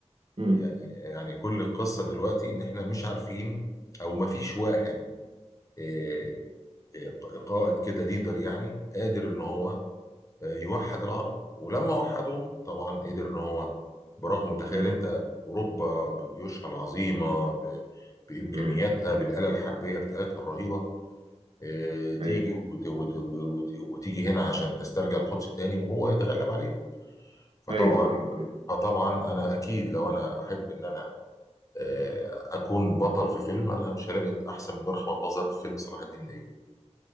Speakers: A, on the right; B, on the left.
A: امم
B: يعني يعني كل القصه دلوقتي ان احنا مش عارفين او ما فيش واحد آه، آه، قائد كده ليدر يعني قادر ان هو آه، يوحد العرب ولما وحدهم طبعا قدر ان هو برغم تخيل
A: امم
B: انت اوروبا بجيوشها العظيمه ب- بامكانياتها
A: امم.
B: بالاله الحربيه بتاعتها الرهيبه آه، تيجي
A: ايوه
B: وت- وت- وت- وتيجي هنا عشان تسترجع القدس تاني وهو يتغلب عليه فطبعا
A: ايوه ايوه أيوة.
B: فطبعا انا اكيد لو انا احب ان انا آه، اكون بطل في فيلم انا مش هلاقي احسن من نور احمد مظهر في فيلم صلاح الدين الايوبي